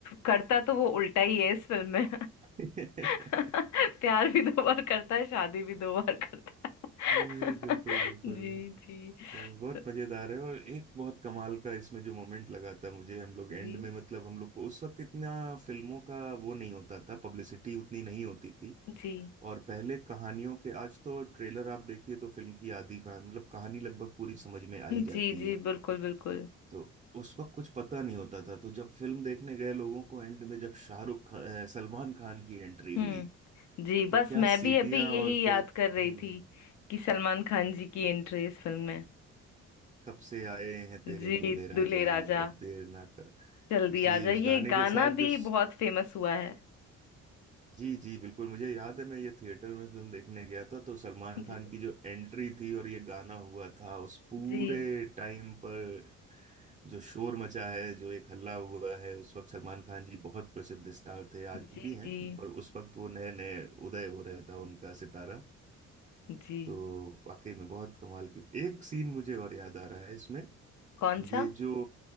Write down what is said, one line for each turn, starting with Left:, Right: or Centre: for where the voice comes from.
Left: करता तो वो उल्टा ही है इस फिल्म में
Right: <laughs>
Left: <laughs> प्यार भी दो बार करता है शादी भी दो बार करता है
Right: ए, बिल्कुल
Left: <laughs>
Right: बिल्कुल
Left: जी जी
Right: तो बहुत
Left: तो
Right: मजेदार है और एक बहुत कमाल का इसमें जो मोमेंट लगा था मुझे हम लोग एंड
Left: जी
Right: में मतलब हम लोग को उस वक्त इतना फिल्मों का वो नहीं होता था पब्लिसिटी उतनी नहीं होती थी
Left: जी
Right: और पहले कहानियों के आज तो ट्रेलर आप देखिए तो फिल्म की आधी का मतलब कहानी लगभग पूरी समझ में आ ही जाती
Left: जी जी
Right: है
Left: बिल्कुल बिल्कुल
Right: तो उस वक्त कुछ पता नहीं होता था तो जब फिल्म देखने गए लोगों को एंड में जब शाहरुख खा- अ, सलमान खान की एंट्री हुई
Left: हम्म जी बस
Right: तो क्या
Left: मैं
Right: सीटियां
Left: भी अभी यही
Right: और क्या
Left: याद
Right: हम्म
Left: कर रही थी कि सलमान खान जी की एंट्री इस फिल्म में
Right: कब से आए हैं तेरे
Left: जी
Right: दूल्हे राजा
Left: दुल्हे राजा
Right: अब देर ना कर
Left: जल्दी
Right: जी
Left: आ जाइए
Right: उस गाने
Left: गाना
Right: के साथ
Left: भी
Right: जो
Left: बहुत फेमस हुआ है
Right: जी जी बिल्कुल मुझे याद है मैं ये थिएटर में फिल्म देखने गया था तो सलमान
Left: जी
Right: खान की जो एंट्री थी और ये गाना हुआ था उस पूरे
Left: जी
Right: टाइम पर जो शोर मचा है जो एक हल्ला हुआ है उस वक्त सलमान खान जी बहुत प्रसिद्ध स्टार थे
Left: जी
Right: आज भी हैं
Left: जी
Right: पर उस वक्त वो नए नए उदय हो रहा था उनका सितारा
Left: जी
Right: तो वाकई में बहुत कमाल की एक सीन मुझे और याद आ रहा है इसमें
Left: कौन सा
Right: ये जो